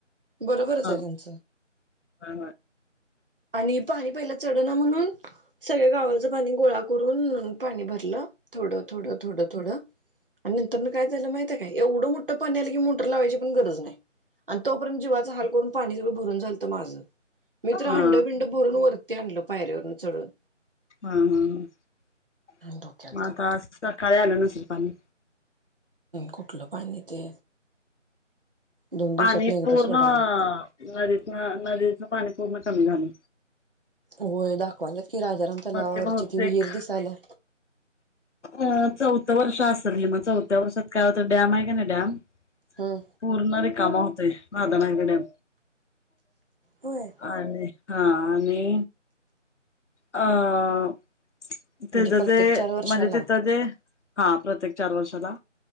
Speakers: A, on the right; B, on the left.
A: बरोबरच
B: होय
A: आय त्यांच.
B: हा
A: आणि पाणी पहिल्या चढना म्हणून सगळे गावाजं पाणी गोळा करून पाणी भरलं. थोडं थोडं थोडं थोडं. आण् नंतरनं काय झालं माहिते एवढं मोठं पाणी आलं की मोटर लावायची पण गरज नाही. आण् तोपर्यंत जवाचा हाल करून पाणी सगळं भरून झालतं माझं. मी
B: हा
A: तर हांडबिंड
B: हा
A: भरून वर ते आणलं पायरीवरनं चढून.
B: हा हम ह
A: डोक्याला
B: मग
A: ताप
B: आता आज सकाळी आलो नस पाणी
A: कुठलं पाणी ते दोन दिवसात
B: पाणी
A: नाही एकदा
B: पूर्ण
A: सोडालाय
B: नदीत नदीच पाणी पूर्ण सम झाालं
A: होय दाखवाला कि राजाराम तलावावरची
B: ते बहुतेक
A: ती विहीर दिसाला
B: अ चौथं वर्ष असल नाही मग चौथ्या वर्षात काय होत डॅम आहे का नाही डॅम
A: हम्म
B: पूर्ण र कामा होते मदनगड अ
A: होय
B: हा आणि ह त
A: म्हणजे प्रत्येक
B: ते
A: चार वर्षाला
B: म्हणजे तिथं जे हा प्रत्येक चार वर्ष हला